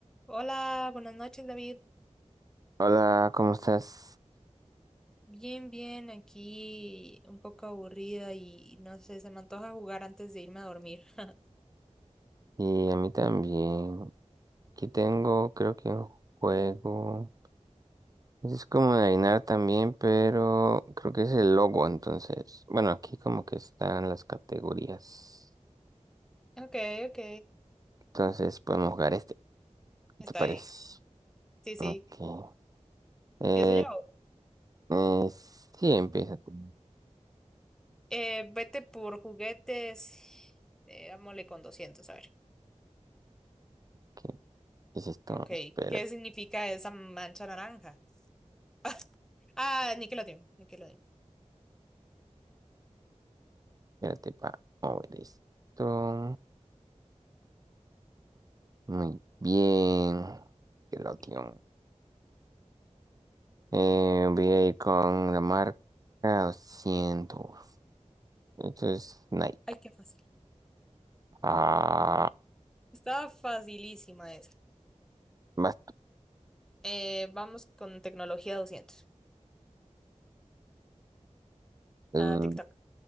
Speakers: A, in the centre; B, on the right.
A: Hola, buenas noches, David.
B: Hola, ¿cómo estás?
A: Bien, bien, aquí un poco aburrida y no sé, se me antoja jugar antes de irme a dormir. <laughs>
B: Y a mí también. Aquí tengo, creo que un juego. Es como de adivinar también, pero creo que es el logo, entonces. Bueno, aquí como que están las categorías.
A: Ok, ok,
B: Entonces podemos jugar este,
A: está
B: ¿te parece?
A: bien. Sí, sí,
B: Ok. Eh,
A: empiezo yo.
B: eh, sí, empieza. tú.
A: Eh, vete por juguetes, eh, dámosle con 200 a ver.
B: ¿Qué es esto?
A: Ok,
B: Espérate,
A: ¿qué significa esa mancha naranja? <laughs> Ah, Nickelodeon, Nickelodeon.
B: espérate para mover esto. Muy bien. Que
A: Muy
B: lo tío.
A: bien.
B: Eh, voy a ir con la marca doscientos, Esto es Nike.
A: Ay, qué fácil.
B: Ah,
A: Estaba facilísima esa.
B: vas
A: Eh, vamos con tecnología 200.
B: tú.
A: Ah, TikTok.